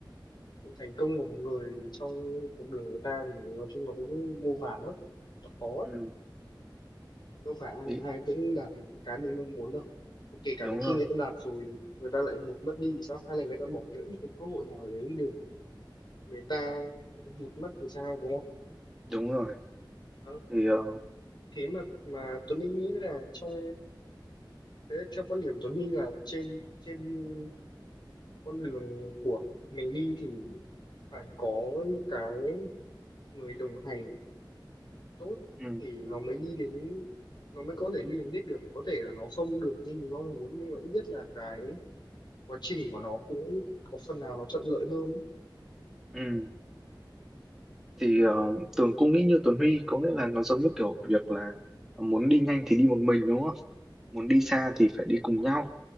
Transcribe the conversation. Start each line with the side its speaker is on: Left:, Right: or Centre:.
Left: sự thành công của một người trong cuộc đời người ta thì nói chung là cũng vô vàn lắm nó khó lắm
Centre: ừ
Left: đâu phải ai,
Centre: ý,
Left: ai cũng đạt được cái mình mong muốn đâu kể cả
Centre: đúng
Left: có khi
Centre: rồi
Left: người ta đạt rồi người ta lại vụt mất đi thì sao hay là người ta bỏ lỡ một cái cơ hội nào đấy để người ta vụt mất thì sao đúng không
Centre: đúng rồi
Left: Đó.
Centre: thì ờ,
Left: thế mà mà Tuấn Anh nghĩ là trong thế theo quan điểm Tuấn Anh là trên trên con đường của mình đi thì phải có những cái người đồng hành tốt
Centre: ừ,
Left: thì nó mới đi đến nó mới có thể đi đến đích được có thể là nó không được như mình mong muốn nhưng mà ít nhất là cái quá trình của nó cũng có phần nào nó thuận lợi hơn
Centre: ừ. thì ờ, Tường cũng nghĩ như Tuấn Huy có nghĩa là nó giống như kiểu việc là muốn đi nhanh thì đi một mình đúng không muốn đi xa thì phải đi cùng nhau